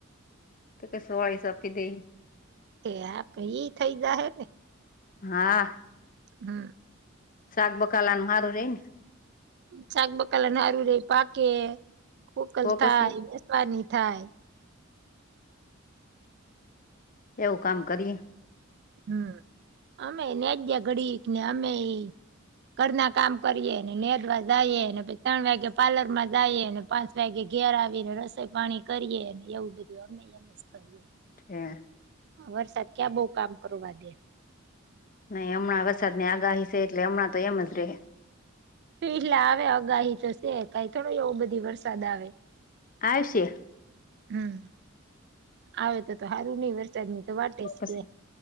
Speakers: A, on the left; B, on the right.
A: તો કે સવાળી સરપી દઈ
B: એ આપે ઈ થઈ જા હે ને
A: હા
B: હમ.
A: શાક બકાલાનું હારું રે ને
B: શાકબકાલા ના આવી રે પાકે ખોકલ
A: તો
B: થાય
A: પછી
B: બેસવાની થાય
A: એવું કામ કરીએ.
B: હમ અમે ન્યાજ્યા ઘડી ને અમે ઈ ઘરના કામ કરીએ નેદવા જાઈએ અને પછી ત્રણ વાગે પાર્લર માં જાઈએ. પાંચ વાગે ઘેર આવીને રસોઈ પાણી કરીએે અને એવું બધું અમે અમે કરીએ.
A: હમ
B: વરસાદ ક્યાં બઉ કામ કરવા દે.
A: નહી હમણાં વરસાદની આગાહી છે એટલે હમણાં તો એમ જ રે.
B: એટલે આવે અગાહી તો છે કઈ થોડો એવ બધી વરસાદ આવે
A: આવશે.
B: હમ આવે તો તો હારું નહી ને. ચટણી તો વાટે સ
A: પછી
B: કે.